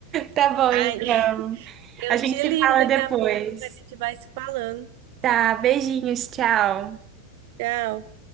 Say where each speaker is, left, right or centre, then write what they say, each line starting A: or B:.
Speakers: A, on the right (about 30°); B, on the right (about 50°).
A: Tá bom,
B: Ai,
A: então.
B: <laughs> eu
A: A gente
B: te
A: se
B: ligo
A: fala
B: daqui
A: depois.
B: a pouco, mas a gente vai se falando.
A: Tá, beijinhos, tchau.
B: Tchau.